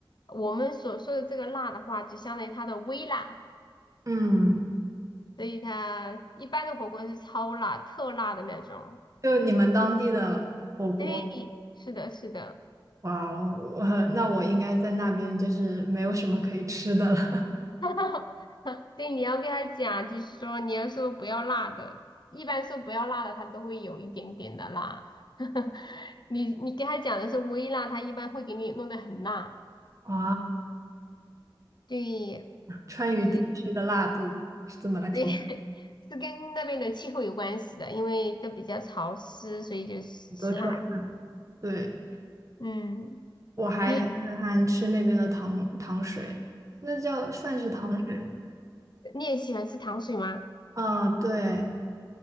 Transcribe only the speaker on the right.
嗯
就你们当地的火锅，
哇哦，<laughs> 呃那我应该在那边就是没有什么可以吃的了。
<laughs> 啊，
川渝地区的辣度是怎么来评
得出来？对，
我还很震撼吃那边的糖糖水，
那叫算是糖水吗
啊，对，